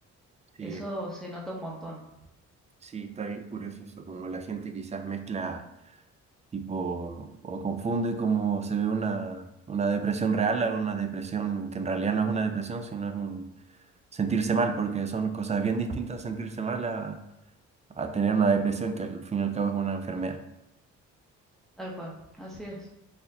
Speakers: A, on the right; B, in the centre.
A: sí,
B: Eso se nota un montón,
A: sí, está bien curioso eso, como la gente quizás mezcla tipo o confunde como se ve una, una depresión real a una depresión que en realidad no es una depresión, sino es un sentirse mal, porque son cosas bien distintas sentirse mal a, a tener una depresión que al fin y al cabo es una enfermedad.
B: tal cual, así es.